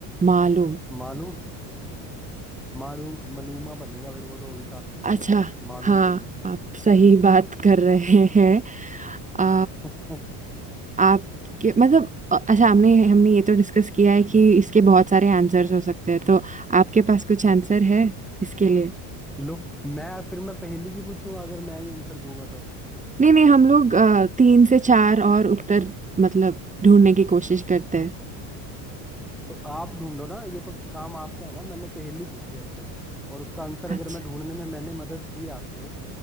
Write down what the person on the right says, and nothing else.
मालूम
अच्छा
हाँ
आप सही <laughs> बात कर रहे हैं अ,
आपके मतलब अ, अच्छा हमने हमने ये तो डिस्कस किया है कि इसके बहुत सारे आंसर्स हो सकते हैं तो आपके पास कुछ आंसर है इसके लिए
नहीं नहीं हम लोग अ, तीन से चार और उत्तर मतलब ढूंढने की कोशिश करते हैं
अच्छा